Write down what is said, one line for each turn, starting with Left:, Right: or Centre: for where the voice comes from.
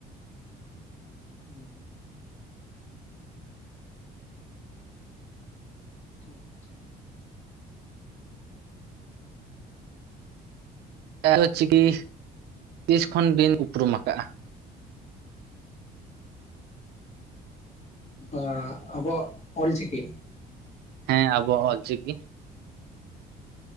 Left: ᱩᱸ᱾ ᱟᱪᱪᱷᱟ᱾
Right: ᱮᱞ ᱪᱤᱠᱤ ᱛᱤᱥ ᱠᱷᱚᱱ ᱵᱤᱱ ᱩᱯᱨᱩᱢ ᱟᱠᱟᱜᱼᱟ?
Left: ᱟ ᱟᱵᱚᱣᱟᱜ ᱚᱞᱪᱤᱠᱤ?
Right: ᱦᱮᱸ ᱟᱵᱚᱣᱟᱜ ᱚᱞᱪᱤᱠᱤ ᱾